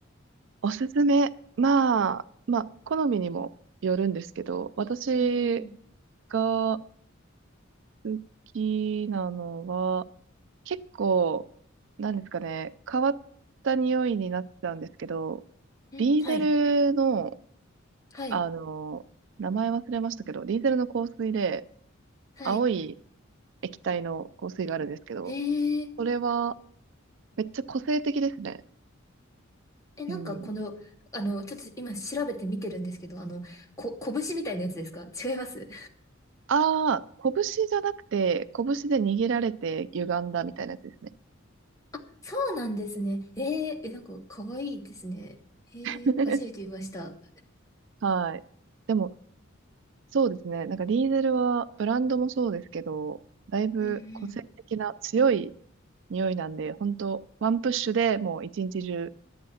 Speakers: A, on the right; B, on the left.
A: おすすめ。まあ、まあ、好みにもよるんですけど、私
B: うん。
A: が好きなのは、結構、なんですかね、変わった匂いになってたんですけど、
B: うん、
A: ディーゼ
B: はい。
A: ルの、
B: はい。
A: あの、名前忘れましたけど、ディーゼルの香水で、
B: はい。
A: 青い液体の香水があるんですけど、
B: えー、
A: それは、めっちゃ個性的ですね。
B: え、なんかこの、
A: うん。
B: あの、ちょっと今調べてみてるんですけど、あの、こ、拳みたいなやつですか違います
A: ああ、拳じゃなくて、拳で握られて歪んだみたいなやつですね。
B: <laughs> そうなんですね。えー、え、なんか可愛いですね。えー、
A: <laughs>
B: 初めて見ました。
A: はい。でも、そうですね。なんかディーゼルは、ブランドもそうですけど、だいぶ個性的な強い
B: うんうん。
A: 匂いなんで、本当ワンプッシュでもう一日中